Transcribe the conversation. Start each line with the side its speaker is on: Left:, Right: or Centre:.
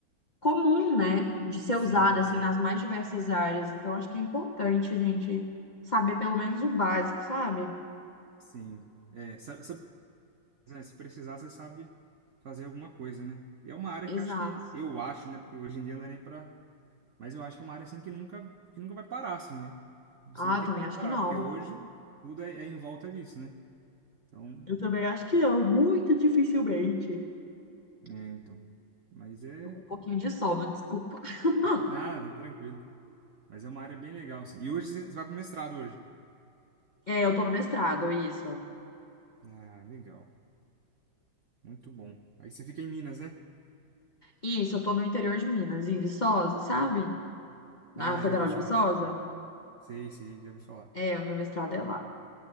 Left: comum, né? De ser
Right: Sim,
Left: usada, assim,
Right: sim,
Left: nas mais diversas áreas. Então, acho que é importante a gente saber pelo menos o básico, sabe?
Right: sim. É, sabe, sabe- né, se precisar, você sabe fazer alguma coisa, né? E é uma área
Left: Exato.
Right: que acho que, eu acho, né? Porque hoje em dia não é nem pra. Mas eu acho que é uma área assim que nunca, que nunca vai parar, assim, né? Você
Left: Ah,
Right: não tem
Left: também
Right: como
Left: acho
Right: parar,
Left: que não.
Right: porque hoje tudo é, é em volta disso, né? Então.
Left: Eu também acho que não, muito dificilmente.
Right: É, então. Mas é.
Left: Tô com um pouquinho de sono, desculpa. <laughs>
Right: Nada, tá tranquilo. Mas é uma área bem legal, assim. E hoje você você vai pro mestrado hoje.
Left: É, eu tô no mestrado, isso.
Right: Ah, legal. Muito bom. Aí você fica em Minas, né?
Left: Isso, eu tô no interior de Minas, em Viçosa, sabe? Na
Right: Ah,
Left: Federal
Right: já ouvi falar.
Left: de Viçosa.
Right: Sei, sei, já ouvi falar.
Left: É, o meu mestrado é lá.